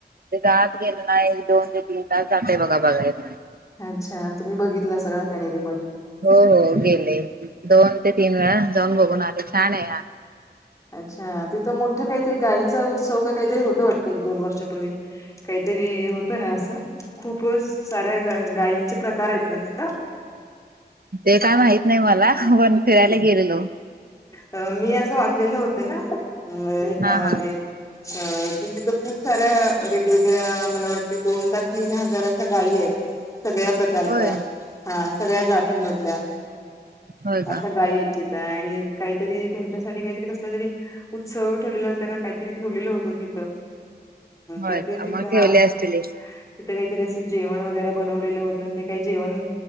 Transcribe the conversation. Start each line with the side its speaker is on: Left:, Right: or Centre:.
Right: ते जात गेलं नाही दोन ते तीन तास सात आहे बघा बघायला
Left: अच्छा तुम्ही बघितला सगळा कणेरी मठ
Right: हो हो गेले दोन ते तीन वेळा जाऊन बघून आले छान आहे
Left: अच्छा तिथं मोठं काहीतरी गाईचा उत्सव का काहीतरी होत वाटतं एक दोन वर्षापूर्वी काहीतरी होत ना असं खूप साऱ्या गायींचे प्रकार आहेत ना तिथ
Right: ते काय माहीत नाही मला पण फिरायला गेलेलो
Left: अ मी असं वाचलेलं होतं ना ह्याच्यामध्ये
Right: हा हा
Left: अ तिथ तर खूप साऱ्या वेगवेगळ्या मला वाट दोन का तीन हजार अशा गायी आहेत सगळ्या प्रकारच्या
Right: होय
Left: हा सगळ्या जाती मधल्या
Right: होय का
Left: असं गय इच्छित आहे आणि काहीतरी त्यांच्यासाठी काहीतरी कसला तरी उत्सव ठेवलेला तथ काहीतरी ठेवलेलं होतं तिथं
Right: होय
Left: तर
Right: का
Left: ते तिथ
Right: मग
Left: हा
Right: ठेवले असतील
Left: तिथ काहीतरी अस जेवण वगैरे बनवलेलं होतं ते काही जेवण